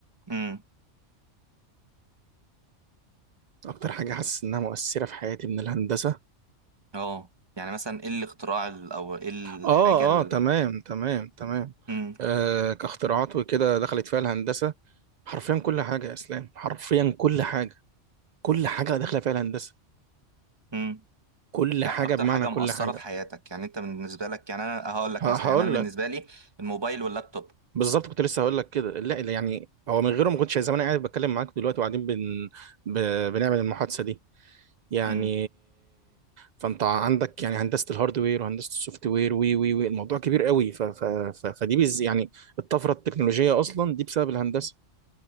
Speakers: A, on the right; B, on the right.
A: امم
B: اكتر حاجة حاسس انها مؤثرة في حياتي من الهندسة
A: اه يعني مثلا ايه الاختراع ال- او ايه الحاجة
B: اه
A: ال...
B: اه تمام تمام تمام
A: امم
B: آه كاختراعات وكده دخلت فيها الهندسة حرفيا كل حاجة يا اسلام حرفيا كل حاجة كل حاجة داخلة فيها الهندسة
A: امم
B: كل
A: لا
B: حاجه
A: اكتر
B: بمعنى
A: حاجة
B: كل
A: مؤثرة
B: حاجه
A: في حياتك يعني انت بالنسبة لك يعني انا هقول لك
B: هقول
A: مثلا يعني انا بالنسبة
B: لك
A: لي الموبايل واللابتوب
B: بالظبط كنت لسه هقول لك كده لا لا يعني هو من غيره ما كنتش زمان قاعد بتكلم معاك دلوقتي وقاعدين بن... ب... بنعمل المحادثه دي يعني
A: امم
B: فانت عندك يعني هندسه الهاردوير وهندسه السوفت وير وي وي وي الموضوع كبير قوي ف... ف... ف... فدي بز... يعني الطفره التكنولوجيه اصلا دي بسبب الهندسه